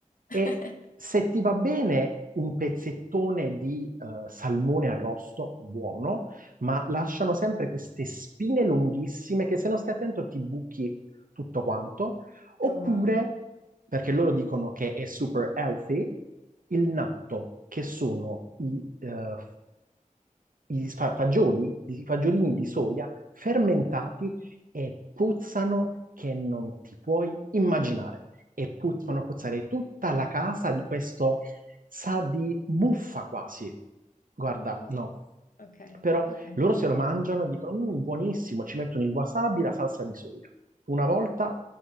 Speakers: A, on the right; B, on the left.
A: e
B: <laughs>
A: se ti va bene un pezzettone di eh, salmone arrosto, buono, ma lasciano sempre queste spine lunghissime che se non stai attento ti buchi tutto quanto Oppure,
B: Oh, wow.
A: perché loro dicono che è super healthy, il natto, che sono i, eh, i fa- fagioli, i fagiolini di soia fermentati e puzzano che non ti puoi immaginare. E puzz- fanno puzzare tutta la casa di questo, sa di muffa quasi. Guarda,
B: Oh,
A: no.
B: ok,
A: Però
B: ok.
A: loro se lo mangiano e dicono, "Mm, buonissimo, ci mettono il wasabi, la salsa di soia. Una volta,